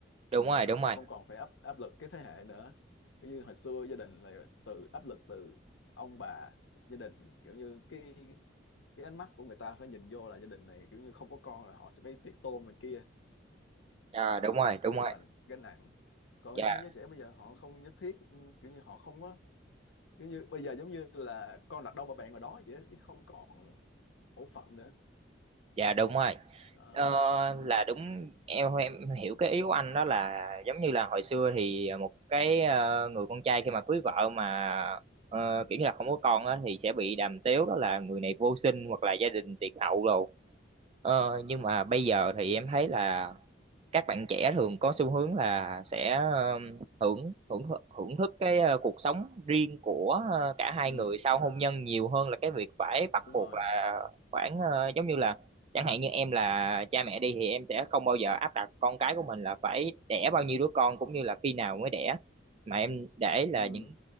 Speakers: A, on the right; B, on the left.
A: đúng rồi đúng rồi
B: mình không còn phải áp áp lực cái thế hệ nữa kiểu như hồi xưa gia đình là từ áp lực từ ông bà gia đình kiểu như cái cái ánh mắt của người ta phải nhìn vô là gia đình này kiểu như không có con là họ sẽ phải tiệc tôn này kia
A: dạ
B: đó
A: đúng rồi
B: rất
A: đúng rồi
B: là gánh nặng còn
A: dạ
B: em thấy giới trẻ bây giờ họ không nhất thiết ừ, kiểu như họ không có kiểu như bây giờ giống như là con đặt đâu mà bạn ở đó vậy đó, chứ không còn bổn phận nữa
A: Dạ đúng rồi.
B: đó
A: Ờ,
B: ừ.
A: là đúng em em hiểu cái ý của anh đó là giống như là hồi xưa thì một cái ờ, người con trai khi mà cưới vợ mà ờ, kiểu như là không có con á thì sẽ bị đàm tiếu đó là người này vô sinh hoặc là gia đình tiệt hậu rồi. Ờ, nhưng mà bây giờ thì em thấy là các bạn trẻ thường có xu hướng là sẽ ờ, hưởng hưởng hưởng thức cái ờ, cuộc sống riêng của ờ, cả hai
B: Ừ.
A: người sau hôn nhân nhiều hơn là cái việc phải bắt
B: đúng
A: buộc
B: rồi
A: là khoảng ờ, giống như là chẳng hạn như em là cha mẹ đi thì em sẽ không bao giờ áp đặt con cái của mình là phải đẻ bao nhiêu đứa con cũng như là khi nào mới đẻ mà em để là
B: ừ.
A: những